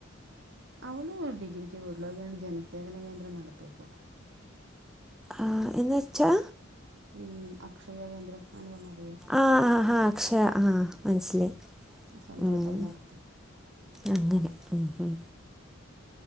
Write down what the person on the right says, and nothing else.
അവള് ഡിഗ്രിക്കേ പോയിട്ടുളളൂ ജനസേവന കേന്ദ്രം നടത്തുപ്പോ
ഉം അക്ഷയ കേന്ദ്രം അങ്ങനെ പറഞ്ഞാ അറിയോ
ആ സ്വന്തായിട്ട്
അത് നടത്ത